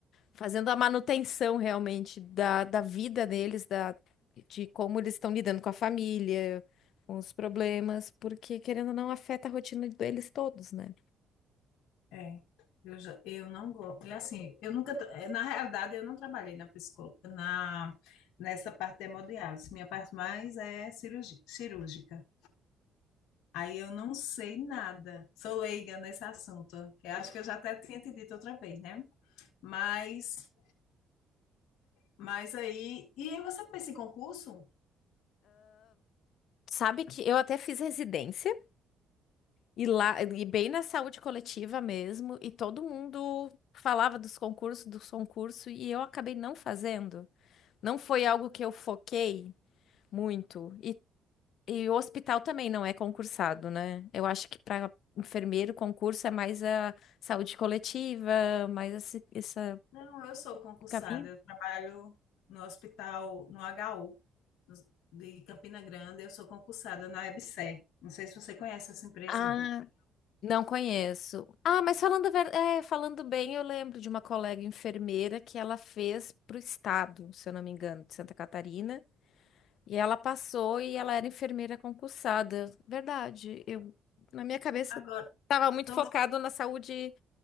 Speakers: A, on the left; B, on the left.
A: fazendo a manutenção realmente da, da vida deles, da, de como eles estão lidando com a família, com os problemas, porque querendo ou não, afeta a rotina deles todos, né?
B: É, eu, já, eu não gosto. É assim, eu nunca, tra- eh, na realidade, eu não trabalhei na psicó, na, nessa parte de hemodiálise. Minha parte mais é cirurgi, cirúrgica. Aí eu não sei nada. Sou leiga nesse assunto. Eu acho que eu já até tinha te dito outra vez, né? Mas, mas aí. E aí você pensa em concurso?
A: Sabe que eu até fiz residência e lá, e bem na saúde coletiva mesmo, e todo mundo falava dos concursos, dos concursos, e eu acabei não fazendo. Não foi algo que eu foquei muito. E, e o hospital também não é concursado, né? Eu acho que para enfermeiro, concurso é mais a saúde coletiva, mais esse, esse
B: Não, eu sou concursada.
A: caminho.
B: Eu trabalho no hospital, no HU de Campina Grande, eu sou concursada na EBSER. Não sei se você conhece essa empresa
A: Ah, Não conheço. Ah, mas falando, a ver- é, falando bem, eu lembro de uma colega enfermeira que ela fez para o estado, se eu não me engano, de Santa Catarina. E ela passou e ela era enfermeira concursada. Verdade. Eu, na minha cabeça,
B: Agora,
A: estava muito
B: todos-
A: focado na saúde